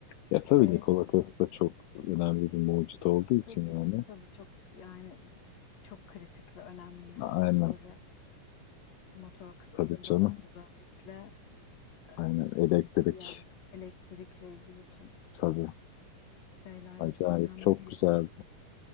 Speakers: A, on the left; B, on the left.
A: Ya tabii
B: ve
A: Nikola Tesla çok önemli bir mucit olduğu için
B: Tabii
A: yani.
B: tabii çok yani çok kritik ve önemli ya
A: Aynen
B: motor ve motor kısmında
A: tabii canım.
B: da özellikle e,
A: Aynen elektrik
B: bir yer elektrikle ilgili tüm
A: tabii.
B: şeylerde
A: Acayip
B: çok önemli
A: çok
B: bir
A: güzel.
B: yer.